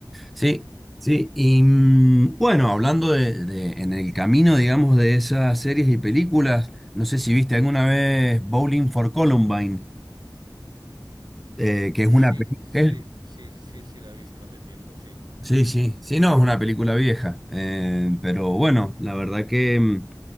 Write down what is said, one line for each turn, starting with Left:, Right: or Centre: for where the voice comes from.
Centre: Sí, sí. Y mm, bueno, hablando de, de- en el camino, digamos, de esas series y películas, no sé si viste alguna vez Bowling for Columbine, eh, que es
Right: Sí,
Centre: una película...
Right: sí, sí, sí, sí, la he visto hace tiempo, sí.
Centre: Sí, sí, sí, no, es una película vieja. eh, pero bueno, la verdad que, mm,